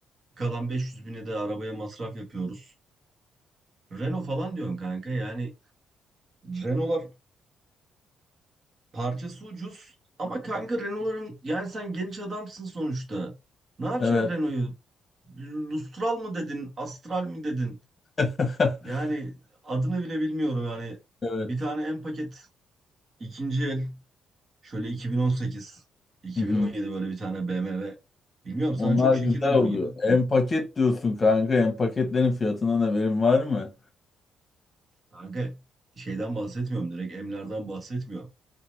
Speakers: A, on the right; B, on the left.
A: kalan 500 bine de arabaya masraf yapıyoruz. Renault falan diyorsun kanka yani Renault'lar parçası ucuz ama kanka Renault'ların yani sen genç adamsın sonuçta. Ne yapacaksın
B: Evet.
A: Renault'u? Lustral mı dedin, Astral mi dedin?
B: <laughs>
A: Yani adını bile bilmiyorum yani.
B: Evet.
A: Bir tane en paket ikinci el şöyle 2018, 2017
B: Hı hı.
A: böyle bir tane BMW. Bilmiyorum
B: Onlar
A: sana çok şekil
B: güzel
A: durur
B: oluyor.
A: gibi.
B: En paket diyorsun kanka. En paketlerin fiyatından haberin var mı?
A: Kanka şeyden bahsetmiyorum direkt Emler'den bahsetmiyorum.